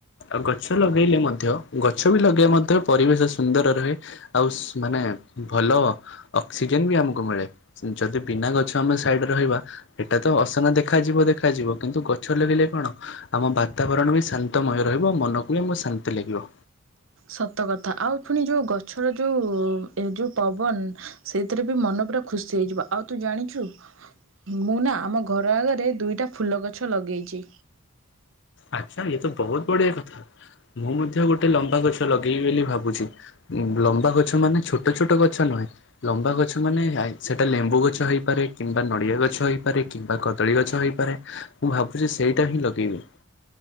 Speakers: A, on the left; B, on the right.
A: ଆଉ ଗଛ ଲଗେଇଲେ ମଧ୍ୟ ଗଛ ବି ଲଗେଇ ମଧ୍ୟ ପରିବେଶ ସୁନ୍ଦର ରୁହେ। ଆଉ ସୁ ମାନେ ଭଲ ଅକ୍ସିଜେନ ବି ଆମକୁ ମିଳେ। ଯଦି ବିନା ଗଛ ଆମେ ସାଇଡ଼ରେ ରହିବା ଏଟା ତ ଅସନା ଦେଖାଯିବ ଦେଖାଯିବ। କିନ୍ତୁ ଗଛ ଲଗିଲେ କଣ ଆମ ବାତାବରଣ ବି ଶାନ୍ତମୟ ରହିବ ମନକୁ ବି ଆମ ଶାନ୍ତି ଲାଗିବ।
B: ସତ କଥା ଆଉ ପୁଣି ଯଉ ଗଛର ଯୋଉ ଏ ଯୋଉ ପବନ ସେଥିରେ ବି ମନ ପରା ଖୁସି ହେଇଯିବ। ଆଉ ତୁ ଜାଣିଛୁ? ମୁଁ ନା ଆମ ଘର ଆଗରେ ଦୁଇଟା ଫୁଲ ଗଛ ଲଗେଇଛି।
A: ଆଚ୍ଛା ଇଏ ତ ବହୁତ ବଢିଆ କଥା ମୁଁ ମଧ୍ୟ ଗୋଟେ ଲମ୍ବା ଗଛ ଲଗେଇବି ବୋଲି ଭାବୁଛି। ଲମ୍ବା ଗଛ ମାନେ ଛୋଟ ଛୋଟ ଗଛ ନୁହେଁ। ଲମ୍ବା ଗଛ ମାନେ ନାଇଁ ସେଟା ଲେମ୍ବୁ ଗଛ ହେଇପାରେ କିମ୍ବା ନଡିଆ ଗଛ ହେଇପାରେ କିମ୍ବା କଦଳୀ ଗଛ ହେଇପାରେ ମୁଁ ଭାବୁଛି ସେଇଟା ହିଁ ଲଗେଇବି।